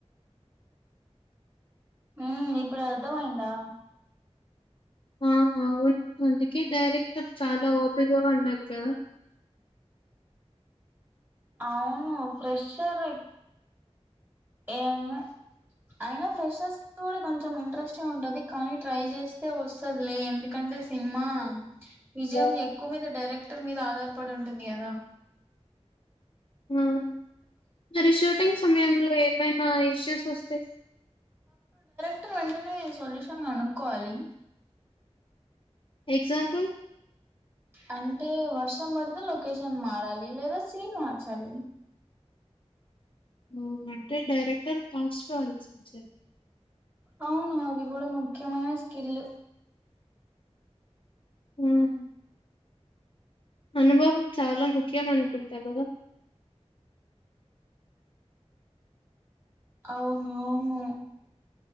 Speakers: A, on the right; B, on the left.
A: ఉ ఇప్పుడు అర్థమయిందా
B: ఆ అవును అందుకే డైరెక్టర్ చాలా ఓపిగా ఉండాలి కదా
A: అవును ఫ్రెషర్ ఏమో అయినా ఫఫ్రెష్ కి కూడా కొంచెం ఇంట్రెస్టింగ్ ఉంటది కానీ ట్రై చేస్తే వస్తుది లే <unintelligible> ఎందుకంటే సినిమా విజయం
B: ఆ!
A: ఎక్కువ మీద డైరెక్ట్ క్టర్ మీద ఆధార్ పడి ఉంటుంది కదా
B: మ్మ్ మరి షూటింగ్ సమయంలో ఏవైనా ఇష్యూస్ వస్తె
A: క్టర్ వెంటనే సొల్యూషన్ కనుక్కకోవాలి
B: ఎగ్జాంపుల్?
A: అంటే వ వర్షం పడితే లొకేషన్ మారాలి లేదా సీన్ మార్చాలి
B: ఓ అంటే డైరెక్టర్ ఫస్ట్ గా ఆలోచించాలి
A: అవును అది కూడా ముఖ్యమైన స్కిల్
B: మ్మ్ అనుభవం చాలా ముఖ్యం అనుకుంటా కదా
A: అవును అవును